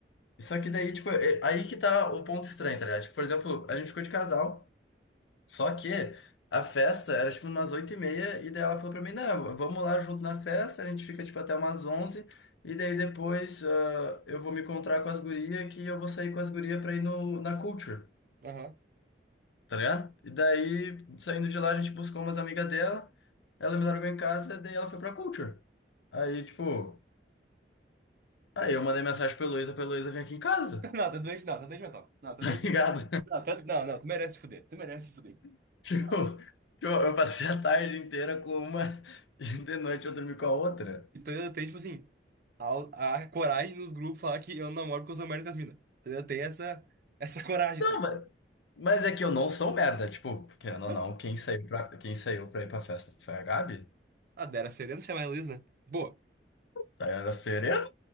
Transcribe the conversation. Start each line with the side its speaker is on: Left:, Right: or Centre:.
Left: Só que daí, tipo, é- aí que tá o ponto estranho, tá ligado? Tipo, por exemplo, a gente ficou de casal, só que a festa era, tipo, umas oito e meia, e daí ela falou pra mim, não, vamos lá junto na festa, a gente fica, tipo, até umas onze, e daí depois ah, eu vou me encontrar com as gurias, que eu vou sair com as gurias pra ir no, na Culture,
Right: Aham. <laughs>
Left: tá ligado? E daí, saindo de lá, a gente buscou umas amigas dela, ela me largou em casa, daí ela foi pra Culture. Aí, tipo, aí eu mandei mensagem pra Heloísa, pra Heloísa vir aqui em casa,
Right: Não, tá doente, não, tá doente mental. Não, tá
Left: <laughs> tá
Right: doente
Left: ligado?
Right: mental. Não, tá- não, não, tu merece se fuder, tu merece se fuder.
Left: <laughs> Tipo,
Right: Não.
Left: eu eu passei a tarde inteira com uma <laughs> e de noite eu dormi com a outra.
Right: Então ainda tem, tipo assim, a, a coragem nos grupos falar que eu não namoro porque eu sou merda com as minas. Ainda tem essa, essa coragem,
Left: Não,
Right: tá ligado?
Left: mas, mas é que eu não sou merda. Tipo, querendo
Right: Não
Left: ou não, quem saiu pra, quem saiu pra ir pra festa foi a Gabi.
Right: Ah, era sereno chamar a Heloísa? né? Boa.
Left: Tá, Era sereno,